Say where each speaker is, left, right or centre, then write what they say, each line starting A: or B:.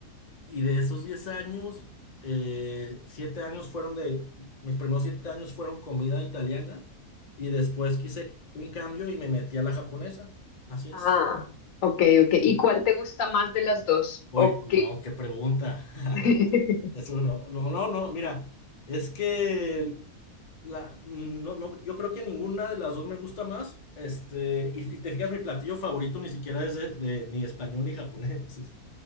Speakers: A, on the left; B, on the left.
A: y de esos 10 años, eh, 7 años fueron de, mis primeros 7 años fueron comida italiana, y después quise un cambio y me metí a la japonesa, así es.
B: Ah, ok, ok. ¿Y
A: Ajá.
B: cuál te gusta más de las dos?
A: Uy,
B: ¿O
A: no,
B: qué?
A: qué pregunta. <laughs>
B: <laughs>
A: Eso no, no, no, no, mira, es que La, no, no, yo creo que ninguna de las dos me gusta más. Este, y, y te fijas, mi platillo favorito ni siquiera es de, de- ni español ni japonés. Es-